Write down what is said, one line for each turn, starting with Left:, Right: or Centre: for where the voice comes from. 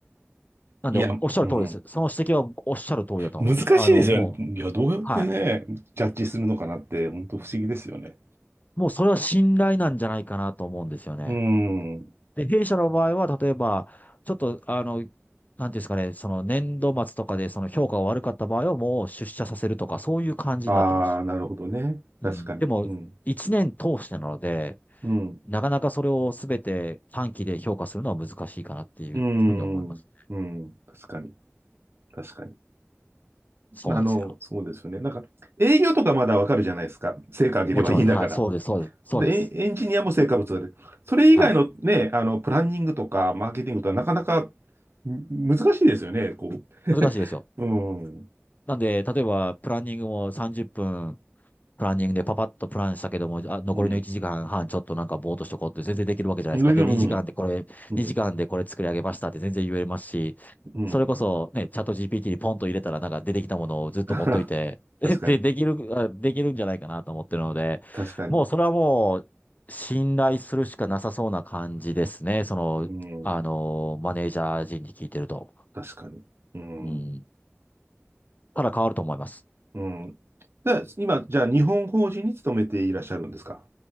Left: なんで、
Right: いや、
Left: おっしゃる通りです。
Right: うん。
Left: その指摘はおっしゃる通りだと思います。
Right: 難しいですよね。
Left: あの、もう、
Right: いや、どうやってね、
Left: はい。
Right: ジャッジするのかなって、本当不思議ですよね。
Left: もうそれは信頼なんじゃないかなと思うんですよね。
Right: うん。
Left: で、弊社の場合は、例えば、ちょっと、あの、なんていうんですかね、その年度末とかでその評価が悪かった場合はもう出社させるとか、そういう感じになってます。
Right: ああ、なるほどね。確かに。
Left: うん。でも、
Right: うん。
Left: 一年通してなので、
Right: うん。
Left: なかなかそれをすべて短期で評価するのは難しいかなっていうふうに思います。
Right: うん。うん。確かに。確かに。
Left: そうなんですよ。
Right: あの、そうですよね。なんか、営業とかまだわかるじゃないですか。成果上げればいいんだから。
Left: もちろんです、はい、そうです、そうです、そうです。
Right: で、エンエンジニアも成果物が出る。それ以外のね、
Left: はい。
Right: あの、プランニングとか、マーケティングとか、
Left: うん
Right: なかなかむ難しいですよね、こ
Left: 難しいですよ。
Right: う。<laughs> うん、うん。
Left: なんで、例えば、プランニングも30分、プランニングでパパッとプランしたけども、あ、残りの1時間半ちょっとなんかぼーっとしとこうって全然できるわけじゃないですか。
Right: うん、うん、
Left: で、2時間でこれ、
Right: うん。
Left: 2時間でこれ作り上げましたって全然言えますし、
Right: うん
Left: それこそね、チャット GPT にポンと入れたらなんか出てきたものをずっと持っといて、
Right: <laughs>
Left: <laughs> で、
Right: 確かに、
Left: でできる、あできるんじゃないかなと思ってるので、
Right: 確かに。
Left: もうそれはもう信頼するしかなさそうな感じですね。その、
Right: うん、
Left: あの、マネージャー陣に聞いてると。
Right: 確かに。うん、
Left: うん。ただ変わると思います。
Right: うん。で、今、じゃあ、日本法人に勤めていらっしゃるんですか